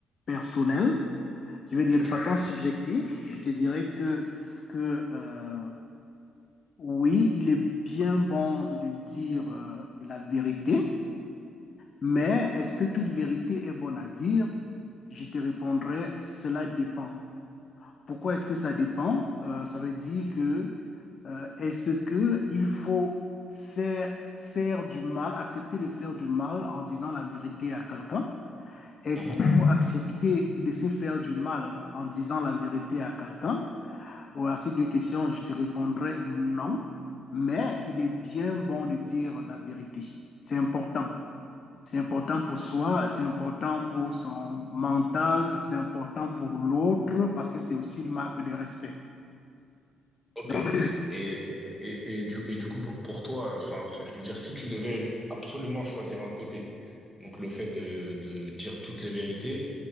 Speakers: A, on the left; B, in the centre.
A: personnelle, je vais dire
B: Mhm.
A: de façon subjective, je te dirais que ce que, euh, oui, il est bien bon de dire euh, la vérité, mais est-ce que toute vérité est bonne à dire? Je te répondrai, cela dépend. Pourquoi est-ce que ça dépend? Euh, ça veut dire que euh, est-ce que il faut faire, faire du mal, accepter de faire du mal en disant la vérité à quelqu'un? Est-ce
B: Mhm.
A: qu'il faut accepter de se faire du mal en disant la vérité à quelqu'un? Ou à ces deux questions, je te répondrai non, mais il est bien bon de dire la vérité. C'est important. C'est important pour soi, c'est important pour son mental, c'est important pour l'autre parce que c'est aussi une marque de respect.
B: Ok.
A: Donc,
B: Et, et, et, et du, et du coup, pour, pour toi, enfin, c'est- je veux dire, si tu devais absolument choisir un côté, donc le fait de, de dire toutes les vérités